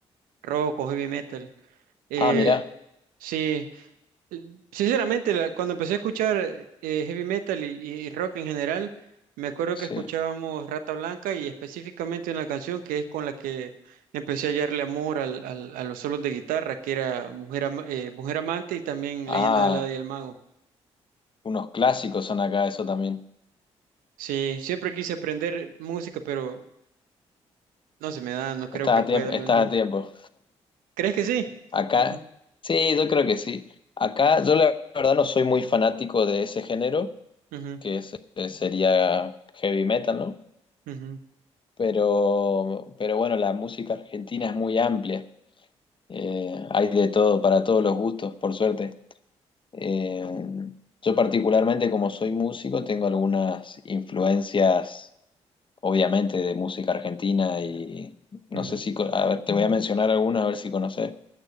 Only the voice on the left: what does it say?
Ah, mirá,
sí.
Ah,
unos clásicos son acá, eso también.
Estás
a
tiempo,
estás
a tiempo.
Acá,
sí, yo creo que sí. Acá, yo la verdad no soy muy fanático de ese género,
que es- eh, sería heavy metal, ¿no?
Pero, pero bueno, la música argentina es muy amplia. Eh, hay de todo, para todos los gustos, por suerte. Eh, yo particularmente, como soy músico, tengo algunas influencias, obviamente, de música argentina y no
sé si, co- a ver, te voy a mencionar algunas, a ver si conoces.